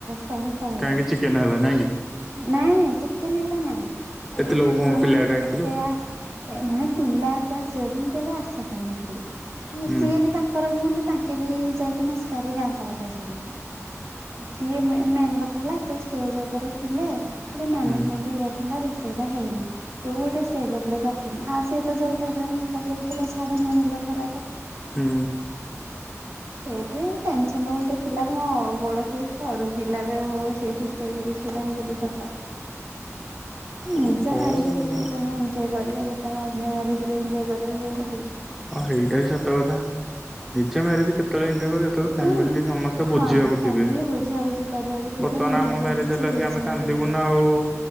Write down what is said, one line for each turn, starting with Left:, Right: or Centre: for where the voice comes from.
Right: ଶହେ ଶହେରେ
Centre: କାହିଁକି ଚିକେନ ହେଲାନ
Right: ନାଇଁ ନାଇଁ ଚିକେନ ହେଲା ନାଇଁ ଏତେ
Centre: ଲୋକ କଣ
Right: ଜଣ
Centre: ପିଲାଟେ ଡାକିଲୁ
Right: ଏତେ
Centre: ହୁଁ
Right: ଆ ଏ ମାନେ ପିଲା ଏତେ ଆସିିବେ ବୋଲି ମୁଁ କେବେ ଆଶା କରିନଥିଲି
Centre: ହୁଁ
Right: ସିଏ ବି ତା ତାଙ୍କର ଭୁଲ ତାଙ୍କେ ବି ଯାଇକି ମସ୍କାରେ ଗାଁସାରା କହିଛନ୍ତି। ସିଏ ମେ ମେନ୍ କଥା ହେଲା ତୁ ଷ୍ଟେଜ ଉପରେ ଥିଲେ ଗୋଟେ ମ୍ୟାନେଜମେଣ୍ଟ
Centre: ହୁଁ
Right: ହେଇ ଥାନ୍ତା ରୋଷେଇଟା ହେଇନି। ତୁ ଗୋଟେ ଷ୍ଟେଜ ଉପରକୁ ଆସିନୁ ଆ ସିଏ ତ ଯୋଉ ଟାଇପ ର ମେକଅପ ଦଉଥିଲା ଛାଡ ମୁଣ୍ଡ ଖରାପ।
Centre: ହୁଁ।
Right: ସେଇଠି ଟେନସନ ଗୋଟେ ଥିଲା। ମୋ ଗୋଡ ଖାଲି ଥରୁଥିଲାରେ ସେଇଠି ଷ୍ଟେଜେ ରେ ଛିଡା ହେଇଥିଲି ସତ।
Centre: ଓ
Right: ନିଜ
Centre: ହଉ
Right: ମ୍ୟାରେଜରେ
Centre: ହଁ
Right: କିଏ କଣ ଏମ୍ ଜେ କରିବ ଯେ ତମ ଅନ୍ୟ ମ୍ୟରେଜେ ରେ ଏନଜୟ କରିବ ଯେମତି।
Centre: ହଁ ହେଇଟା ବି ସତ କଥା ନିଜ ମ୍ୟାରେଜ କେତେବେଳେ ଏନଜୟେ କରିବ। ତର ଫ୍ୟାମିଲି
Right: ନାଇଁ।
Centre: ସମସ୍ତେ
Right: ହଁ
Centre: ବୁଝିବାକୁ
Right: ଫ୍ୟାମିଲି
Centre: ଥିବେ
Right: ବୁଝାବୁଝି କରିବାକୁ ଥିବେ
Centre: ବର୍ତ୍ତମାନ
Right: ନିଜ
Centre: ଆମ
Right: ଉପରେ
Centre: ମ୍ୟାରେଜ।
Right: କିଛି
Centre: ହେଲାକି
Right: ରିକ୍ସ
Centre: ଆମେ
Right: ନଥିବ।
Centre: କାନ୍ଦିବୁ ନା ଆଉ।